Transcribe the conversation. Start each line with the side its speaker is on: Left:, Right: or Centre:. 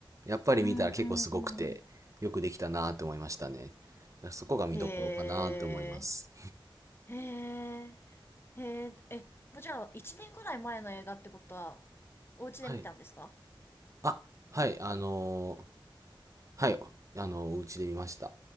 Right: やっぱり見たら結構すごくて、
Left: うん。うん
Right: よくできたなと思いましたね。だからそこが見どころかなと思います。
Left: へえ。へえ。へえ。え、もうじゃあ、一年ぐらい前の映画ってことは、お家で見たんですか
Right: はい。あ、はい、あのーはい、あのーお家で見ました。